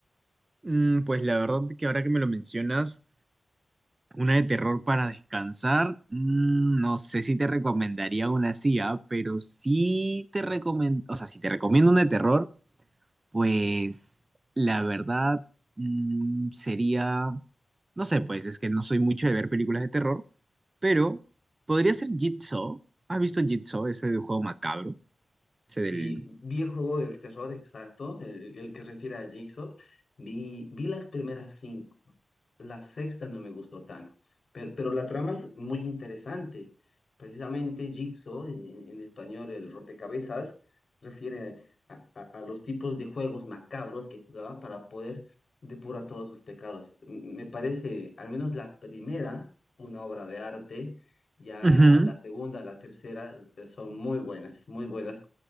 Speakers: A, on the right; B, on the left.
A: Mm, pues la verdad que ahora que me lo mencionas. Una de terror para descansar. mm, no sé si te recomendaría una así, ah, Pero sí te recomiendo, o sea, si te recomiendo una de terror, pues la verdad mm, sería, no sé, pues es que no soy mucho de ver películas de terror, pero podría ser Jigsaw. ¿Has visto Jigsaw? Ese de juego macabro, ese del...
B: Vi, vi el juego del terror exacto, el, el que refiere a Jigsaw. Vi, vi las primeras cinco. La sexta no me gustó tanto, pero, pero la trama es muy interesante. Precisamente Jigsaw, en, en español el rompecabezas, refiere a, a- a los tipos de juegos macabros que jugaban para poder depurar todos sus pecados. M- Me parece, al menos la primera, una obra de arte. Ya
A: Ujú.
B: la segunda, la tercera eh, son muy buenas, muy buenas